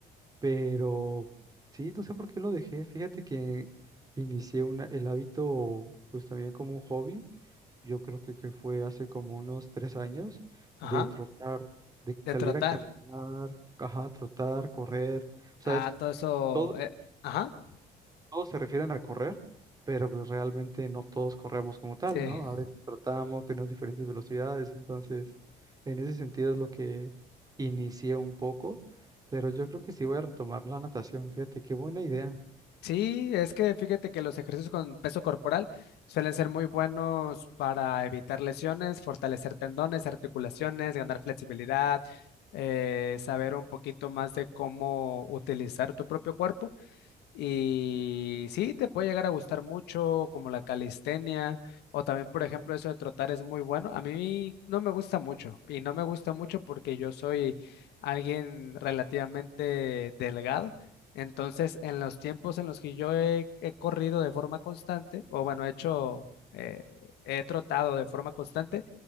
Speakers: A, on the right (about 20°); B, on the left (about 80°).
A: pero sí, no sé por qué lo dejé. Fíjate que inicié una, el hábito, pues también como un hobby. Yo creo que, que fue hace como unos tres años
B: Ajá,
A: de trotar, de
B: de
A: salir
B: trotar.
A: a caminar, ajá, trotar, correr. O
B: Ah,
A: sea, es que
B: todo eso.
A: todo,
B: eh, ajá,
A: todos se refieren a correr, pero pues realmente no todos corremos como tal,
B: sí.
A: ¿no? A veces tratamos, tenemos diferentes velocidades, entonces en ese sentido es lo que inicié un poco, pero yo creo que sí voy a retomar la natación, fíjate, qué buena idea.
B: Sí, es que fíjate que los ejercicios con peso corporal suelen ser muy buenos para evitar lesiones, fortalecer tendones, articulaciones, ganar flexibilidad, eh, saber un poquito más de cómo utilizar tu propio cuerpo. Y sí, te puede llegar a gustar mucho, como la calistenia, o también, por ejemplo, eso de trotar es muy bueno. A mí no me gusta mucho, y no me gusta mucho porque yo soy alguien relativamente delgado. Entonces, en los tiempos en los que yo he, he corrido de forma constante, o bueno, he hecho, eh, he trotado de forma constante,